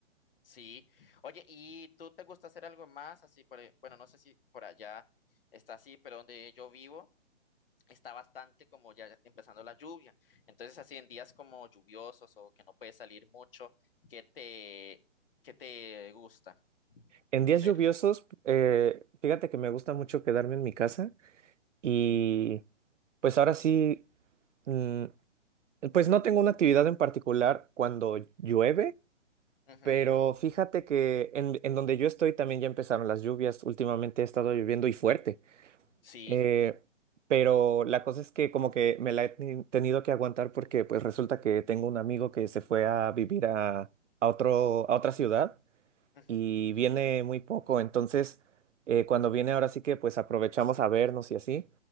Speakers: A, on the left (about 50°); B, on the right (about 80°).
A: Sí. Oye, ¿y tú te gusta hacer algo más? Así, por, e- bueno, no sé si por allá está así, pero donde yo vivo está bastante como ya empezando la lluvia. Entonces, así en días como lluviosos o que no puedes salir mucho, ¿qué te, qué te gusta
B: En días
A: hacer?
B: lluviosos, eh, fíjate que me gusta mucho quedarme en mi casa y pues ahora sí, mm, pues no tengo una actividad en particular cuando llueve,
A: Ujú,
B: pero fíjate que en, en donde yo estoy también ya empezaron las lluvias. Últimamente ha estado lloviendo y fuerte.
A: Sí.
B: Eh, pero la cosa es que como que me la he teni- tenido que aguantar porque pues resulta que tengo un amigo que se fue a vivir a, a otro, a otra ciudad
A: Ujú,
B: y viene muy poco. Entonces, eh, cuando viene ahora sí que pues aprovechamos a vernos y así.